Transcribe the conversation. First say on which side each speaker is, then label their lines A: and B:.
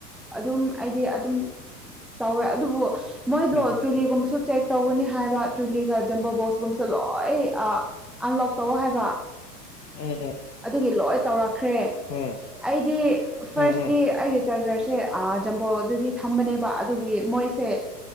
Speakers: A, in the centre; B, on the left.
A: ꯑꯗꯨꯝ ꯑꯩꯗꯤ ꯑꯗꯨꯝ ꯇꯧꯋꯦ ꯑꯗꯨꯕꯨ ꯃꯣꯏꯗꯣ
B: ꯎꯝ ꯎꯝ
A: ꯇꯨꯂꯤꯒꯨꯝꯕꯁꯨ ꯆꯦꯛ ꯇꯧꯒꯅꯤ ꯍꯥꯏꯕ ꯇ꯭ꯔꯨꯂꯤꯒ ꯖꯝꯕꯣ ꯕꯣꯛꯁꯀꯨꯝꯕꯁꯦ ꯂꯣꯏ ꯑꯥ ꯑꯟꯂꯣꯛ ꯇꯧꯑꯣ ꯍꯥꯏꯕ
B: ꯑꯦ ꯑꯦ
A: ꯑꯗꯨꯒꯤ ꯂꯣꯏ ꯇꯧꯔꯛꯈ꯭ꯔꯦ
B: ꯎꯝ
A: ꯑꯩꯗꯤ ꯐꯥꯔꯁꯇꯤ
B: ꯎꯝ
A: ꯑꯩꯒꯤ ꯆꯥꯔꯖꯔꯁꯦ ꯑꯥ ꯖꯝꯕꯣꯗꯗꯤ ꯊꯝꯕꯅꯦꯕ ꯑꯗꯨꯒꯤ ꯃꯣꯏ ꯁꯦ